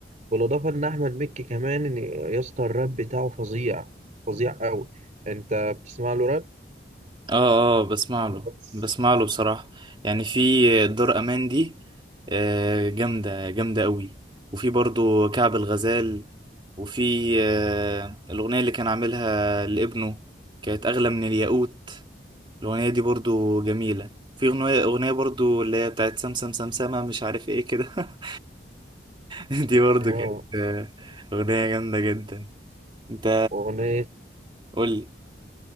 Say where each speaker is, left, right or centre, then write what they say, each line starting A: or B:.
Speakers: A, on the right; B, on the right.
A: بالإضافة إن أحمد مكي كمان إن- يا اسطى الراب بتاعه فظيع فظيع أوي أنت بتسمع له راب؟
B: اه اه بسمع له
A: بس.
B: بسمع له بصراحة يعني في دار امان دي آه، جامدة جامدة قوي وفي برضو كعب الغزال وفي آه، الأغنية اللي كان عاملها لابنه كانت أغلى من الياقوت الأغنية دي برضو جميلة في أغنية أغنية برضو اللي هي بتاعت سمسم سمسمة مش عارف ايه كده <laughs> دي برضو
A: لا
B: كانت آه، أغنية جامدة جدا انت
A: أغنية
B: قولي